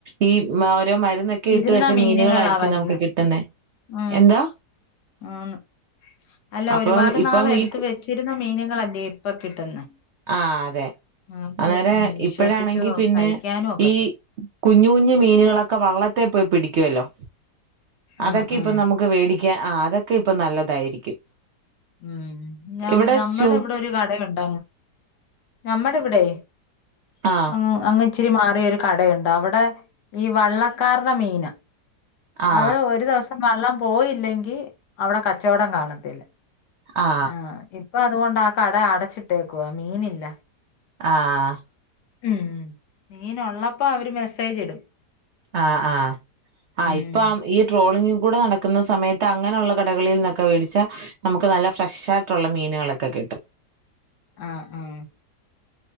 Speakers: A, on the right (about 85°); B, on the left (about 75°).
A: ഈ മ ഓരോ മരുന്നൊക്കെ
B: ഇരുന്ന
A: ഇട്ട് വെച്ച
B: മീനുകളാ
A: മീനുകളായിരിക്കും
B: വരുന്ന
A: നമുക്ക് കിട്ടുന്നെ
B: ഉ
A: എന്താ
B: ആന്ന് അല്ല
A: അപ്പം
B: ഒരുപാട്
A: ഇപ്പം
B: നാൾ എടുത്ത്
A: ഈ കു-
B: വെച്ചിരുന്ന മീനുകളല്ലേ കിട്ടുന്നെ
A: ആ അതെ
B: അത്
A: അന്നേര
B: ഉം വിശ്വസിച്ചു
A: ഇപ്പഴാണെങ്കിൽ പിന്നെ
B: കഴിക്കാനും ഒക്കത്തില്ല
A: ഈ കുഞ്ഞു കുഞ്ഞു മീനുകളൊക്കെ വള വെള്ളത്തെ പോയി പിടിക്കുവല്ലോ അതൊക്കെ
B: ആഹ് ആഹ്
A: ഇപ്പൊ നമുക്ക് വേടി ആ അതൊക്കെ ഇപ്പൊ നല്ലതായിരിക്കും
B: ഉം
A: ഇവിടെ
B: നമ്മുടെ
A: ചൂ
B: ഇവിടെ ഒരു കട ണ്ട ഞമ്മടെ ഇവിടെ
A: ആ
B: അ അങ്ങ ഇച്ചിരി മാറിയ ഒരു കടയുണ്ട് അവിടെ ഈ വള്ളക്കാരുടെ മീന
A: ആ
B: അത് ഒരു ദിവസം വള്ളം പോയില്ലെങ്കിൽ അവിടെ കച്ചവടം കാണത്തില്ല
A: ആ
B: ആഹ ഇ അപ്പൊ അതുകൊണ്ട് ആ കട അടച്ചിട്ടേക്കുവാ മീനില്ല
A: ആഹ
B: ഉം മീൻ ഉള്ളപ്പോ അവര് മെസ്സേജ് ഇടും
A: ആഹ ആഹ് ആ്
B: ഉം
A: ഇപ്പൊ ഈ ട്രോളിംഗ കൂ നടക്കുന്ന സമയത്ത് അങ്ങനെയുള്ള കടകളിൽ നിന്നൊക്കെ മേടിച്ചാൽ നമുക്ക് നല്ല ഫ്രഷായിട്ടുള്ള മീനുകളൊക്കെ കിട്ടും
B: ആഹ ആഹ